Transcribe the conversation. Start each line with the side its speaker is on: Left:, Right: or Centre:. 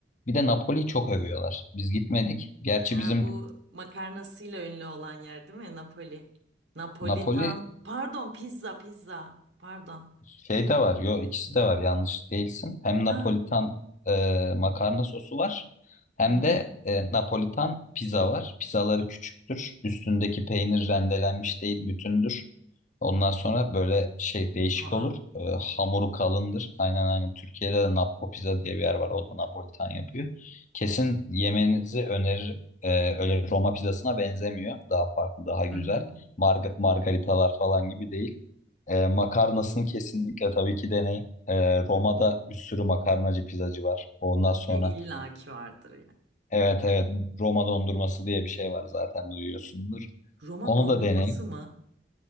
Left: Bir de Napoli'yi çok övüyorlar. Biz gitmedik. Gerçi
Right: Ha,
Left: bizim
Right: bu makarnasıyla ünlü olan yer değil mi? Napoli. Napolitan.
Left: Napoli
Right: Pardon pizza pizza. Pardon.
Left: Şey de var. Yo ikisi de var. Yanlış değilsin. Hem
Right: Ha.
Left: Napolitan e, makarna sosu var. Hem
Right: Hı hı.
Left: de e, Napolitan pizza var. Pizzaları küçüktür. Üstündeki peynir rendelenmiş değil, bütündür. Ondan sonra böyle şey değişik
Right: Aa.
Left: olur. E, hamuru kalındır. Aynen aynen. Türkiye'de de Nappo Pizza diye bir yer var. O da Napolitan yapıyor. Kesin yemenizi öneririm. E, öyle Roma pizzasına benzemiyor. Daha farklı, daha
Right: Hı
Left: güzel.
Right: hı.
Left: Marga- margaritalar falan gibi değil. Ee, makarnasını kesinlikle tabii ki deneyin. Ee, Roma'da bir sürü makarnacı pizzacı var. Ondan sonra
Right: E illaki vardır ya.
Left: evet evet Roma dondurması diye bir şey var zaten duyuyorsundur.
Right: Roma
Left: Onu
Right: dondurması
Left: da deneyin.
Right: mı?